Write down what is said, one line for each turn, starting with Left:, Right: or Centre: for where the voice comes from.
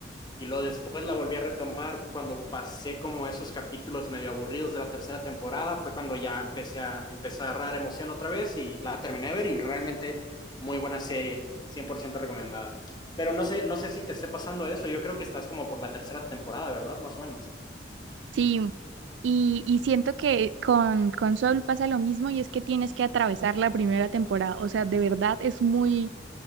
Left: y luego después la volví a retomar cuando pasé como esos capítulos medio aburridos de la tercera temporada, fue cuando ya empecé a, empecé a agarrar emoción otra vez y la terminé de ver y realmente muy buena serie, 100% recomendada. Pero no sé, no sé si te esté pasando eso, yo creo que estás como por la tercera temporada, ¿verdad? Más o menos.
Right: Sí. Y, y siento que con, con Soul pasa lo mismo y es que tienes que atravesar la primera temporada. O sea, de verdad es muy,